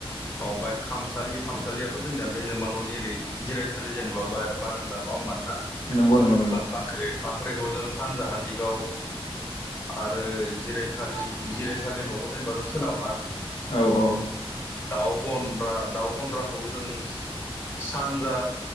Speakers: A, on the left (about 20°); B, on the left (about 80°).
A: माय खामसालि खामसालियाथ' जों जोंना बेनोा न'नि ओरै जिरायसालि जेनेबा। बर बार होना न होनानथा
B: नंगौ नंगौ नंगौ
A: फाख्रि। फाख्रिखौ जों सानजाहा दिगाव। आरो जिरायसालि जिरायसालि न'आव जेनेबा जों सोनाबहा।
B: औ औ।
A: दाउ गन्द्रा दाउ गन्द्राखौ जों सानजा।